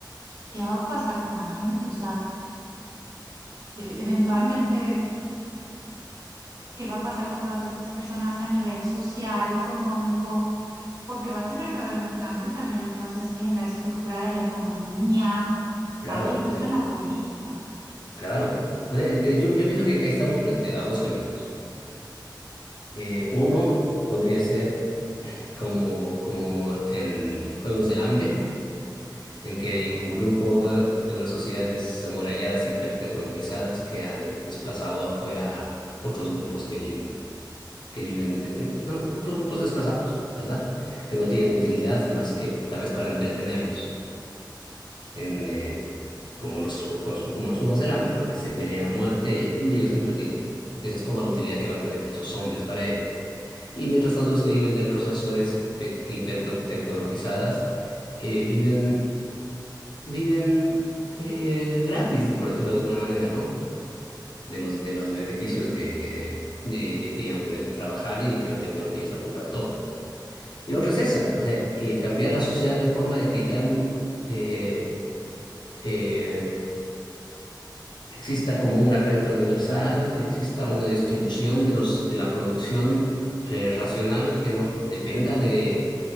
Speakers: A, on the right; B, on the left.
A: qué va a pasar con la gente. O sea, de- eventualmente qué va a pasar con todas estas personas a nivel social, económico, porque va a tener que haber un cambio también entonces en la estructura de la economía,
B: claro,
A: vaya incluso
B: eh,
A: en la política.
B: claro. O sea, eh, yo, yo pienso que ahí estamos frente a dos caminos. Eh, uno podría ser como, como en Juegos del Hambre, en que hay un grupo eh, de unas sociedades amuralladas, hipertecnologizadas, que ha desplazado afuera a otros grupos que viven, que viven de- eh, otros grupos desplazados, ¿verdad? Que no tienen utilidad más que tal vez para entretenerlos. en, eh, como en los, ju- con los- como en los Juegos del Hambre, ¿no? Que se pelean a muerte y, y ellos se entretienen. Esa es toda la utilidad que va a tener esos hombres para ellos. Y mientras tanto, los que viven dentro de esas ciudades pe- hipertecnologizadas eh, viven, viven eh, gratis, por decirlo de alguna manera, ¿no? De los, de los beneficios de, de, de que ya no tener que trabajar y que la tecnología se ocupa de todo. Y la otra es esa, o sea, eh, cambiar la sociedad de forma de que ya eh, eh, exista como una renta universal, exista una distribución de los, de la producción eh, racional que no dependa de,